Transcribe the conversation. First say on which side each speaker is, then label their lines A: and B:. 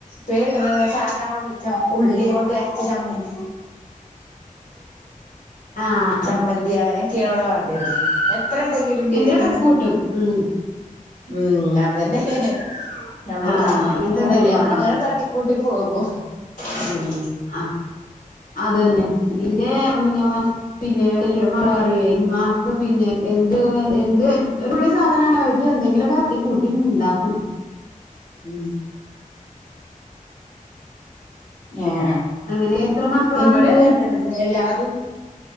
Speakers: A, on the left (about 65°); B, on the left (about 85°).
A: പേര്കിട്ടണ സാധാ ഉള്ളിച്ച ഉള്ളി കൊണ്ടര- ച്ചമ്മന്തി
B: ആഹ്
A: ചമ്മന്തി അങ്ങനൊക്കാണ് ഇവിടെ വേണ്ടേത് എത്രെണ്ടെങ്കിലും ബിരിയാണി
B: എന്തേലൊക്കെ
A: നെ-
B: കൂട്ടും ഉം
A: ഉം അതതന്നെ നമ്മള്
B: ആഹ്
A: സാധാരണക്കാരല്ലെ
B: അങ്ങൻത്തെ എന്തേലും വാണല്ലേ
A: അപ്പൊ അങ്ങനെ തട്ടിക്കൂട്ടി പോകും ഉം
B: ആഹ് അതന്നെ ഇന്റേ- പിന്നെ വല്യ മകള് പറയൊയ് ഇമ്മാക്ക് പിന്നെ ഏന്ത് എന്ത് ഒര് തുള്ളി- സാധനാണ് എനിക്ക് എന്തെങ്കിലും ഒക്കെ തട്ടി കൂട്ടി ഇണ്ടാക്കും മ്
A: ആഹ്
B: അങ്ങനെ എത്ര മക്കളാന്നിട്ട്
A: ഇവടെ അങ്ങനെ തന്നെ എല്ലാതും-